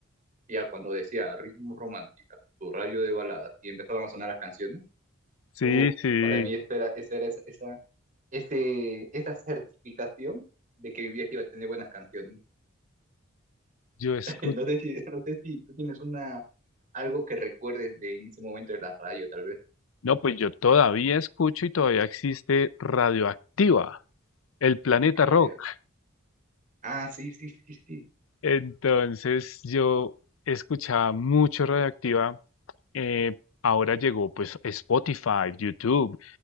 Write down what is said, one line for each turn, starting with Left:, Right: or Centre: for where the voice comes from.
Right: ya cuando decía Ritmo Romántica, tu radio de baladas, y empezaban a sonar las canciones,
Left: Sí,
Right: uff,
Left: sí.
Right: para mí esta era, esa era esa, esa, ese- esa certificación de que vivía que iba a tener buenas canciones.
Left: Yo escucho
Right: <laughs> No sé si, no sé si tú tienes una, algo que recuerdes de en ese momento de la radio, tal vez.
Left: No, pues yo todavía escucho y todavía existe Radioactiva, el planeta
Right: Radio.
Left: rock.
Right: Ah, sí, sí, sí, sí.
Left: Entonces yo escuchaba mucho Radioactiva. eh, ahora llegó pues Spotify, YouTube